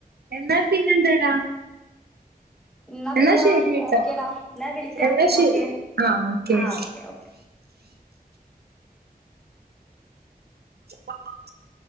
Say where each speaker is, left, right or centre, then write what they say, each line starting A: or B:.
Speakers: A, on the right; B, in the centre.
A: എന്നാൽ പിന്നെന്താടാ
B: ന്നാ പിന്നെതാ
A: എന്നാ ശരി
B: ഓക്കേടാ
A: ട്ടോ
B: ന്നാ വിളിയ്ക്കാ,
A: എന്നാ ശരി
B: ഓക്കെ
A: ആ ഓക്കെ
B: ആഹ്
A: ഓക്കെ
B: ഓക്കേ ഓക്കേ.
A: <unintelligible>